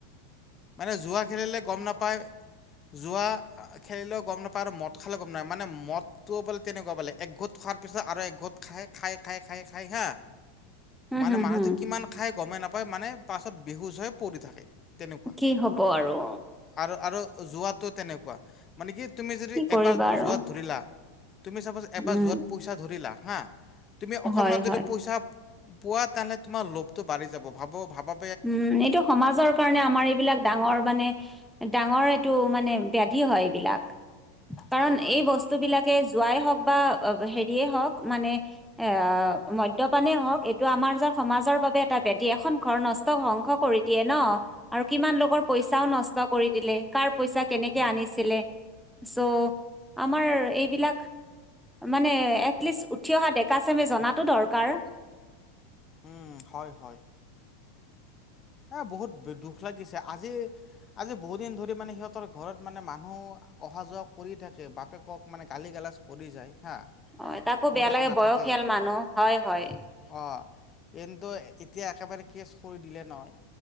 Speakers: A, on the left (about 30°); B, in the centre.
A: আৰে জুৱা খেলিলে গ'ম নাপায়। যোৱা খেলিলেও গম নাপায়। আৰু মদ খালে গম নাপায়। মানে মদ তো, বোলে তেনেকুৱা বোলে। একঘোট খোৱাৰ পিছত আৰু একঘোট খাই-খাই-খাই-খাই-খাই হা
B: উম
A: মানে
B: হম
A: মানুহটো
B: হম
A: কিমান খাই গমে নাপায়, মানে পাছত বিহুজ হৈ পৰি থাকে। তেনেকুৱা
B: কি হ'ব আৰু।
A: আৰু আৰু জোৱাটো তেনেকুৱা। মানে, কি তুমি যদি
B: কি কৰিবা
A: এবাৰ
B: আৰু
A: জোৱাত ধৰিলা তুমি চাপজ, এবাৰ
B: উম
A: যোৱাত পইচা ধৰিলা। হা, তুমি অকণমান
B: হয়
A: যদি
B: হয়
A: পইচা পোৱা তানে তোমাৰ লোভটো বাঢ়ি যাব। ‌ ভাব' ভাবা
B: উম। এইটো সমাজৰ কাৰণে আমাৰ এইবিলাক ডাঙৰ মানে ডাঙৰ এইটো মানে বেদি হয় এইবিলাক। কাৰণ
A: হয় হয়
B: এই
A: হয়
B: বস্তুবিলাকে, যোৱাই হওঁক বা হেৰিয়ে হওঁক, মানে এ, মদ্যপানেই হওঁক। এইটো আমাৰ য সমাজৰ বাবে এটা বেদি। এখন ঘৰ নচ ধ্বংস কৰি দিয়ে ন', আৰু কিমান লোকৰ
A: হয়
B: পইচাও
A: দিয়া
B: নষ্ট কৰি দিলে। কাৰ পইচা কেনেকে
A: উম
B: আনিছিলে? চ', আমাৰ এইবিলাক মানে এটলিষ্ট উঠি অহা ডেকা চেমে, জনাটো দৰকাৰ।
A: উম'। হয়, হয়। এ', বহুত দুখ লাগিছে। আজি আজি বহুতদিন ধৰি, মানে সিহঁতৰ ঘৰত মানে মানুহ অহা যোৱা কৰি থাকে। বাপেকক মানে গালি গালাজ কৰি যায় হা।
B: অ, তাকো
A: পুতেক
B: বেয়া লাগে
A: নাথাকে
B: বয়সীয়াল মানুহ। হয়, হয়।
A: অ, কিন্তু এতিয়া একেবাৰে কেছ কৰি দিলে নয়,